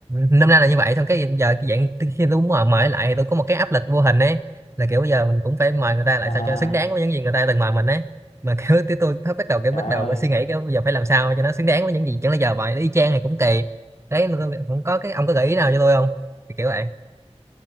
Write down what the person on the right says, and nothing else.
năm nay là như vậy xong cái giờ cái dạng khi tôi muốn mời mời lại thì tôi có một cái áp lực vô hình ấy là kiểu giờ mình cũng phải mời người ta lại
sao cho xứng đáng với những gì người ta từng mời mình ấy mà kiểu tới tôi bắt đầu kiểu
bắt đầu
có suy nghĩ cái bây giờ phải làm sao cho nó xứng đáng với những gì chẳng lẽ giờ mời nó y chang thì cũng kỳ đấy nên tôi không có cái ông có gợi ý nào cho tôi không thì kiểu vậy